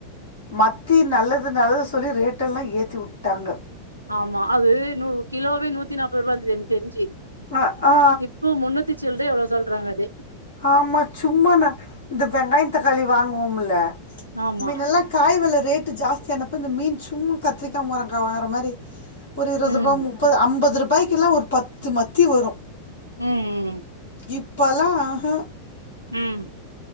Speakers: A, on the left (about 65°); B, on the right (about 85°).
A: மத்தி நல்லது நல்லது சொல்லி ரேட்டெல்லா ஏத்திவுட்டாங்க
B: ஆமா அது நு கிலோவே நூத்தி நாற்பது ருவா இருந்துது எனக் தெரிஞ்சி
A: அ ஆ
B: இப்ப முன்னூத்தி சில்ற எவ்வளோ சொல்றாங்க அதே
A: ஆமா சும்மா ந இந்த வெங்காயோ தக்காளி வாங்குவோம்முல்ல
B: ஆமா
A: மின்னல்ல காய் வெல ரேட்டு ஜாஸ்தியானப்ப இந்த மீன் சும்மா கத்திரிக்கா முரங்கா வாங்கற மாரி ஒரு இருபது
B: ம்
A: ரூபா முப்பது ஐம்பது ரூபாய்க்குலா ஒரு பத்து மத்தி வரு
B: ம் ம்
A: இப்பல்லா ஆஹா
B: ம்